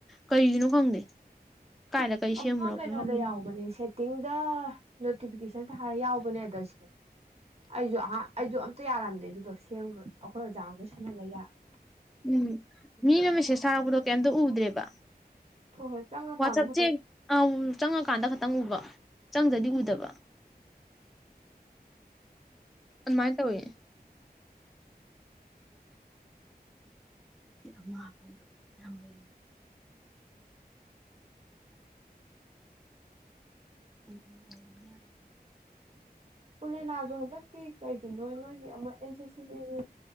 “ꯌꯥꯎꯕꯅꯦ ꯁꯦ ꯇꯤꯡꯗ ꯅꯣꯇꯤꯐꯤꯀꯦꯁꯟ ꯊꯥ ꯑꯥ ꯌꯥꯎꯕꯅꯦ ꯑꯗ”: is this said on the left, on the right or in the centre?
Right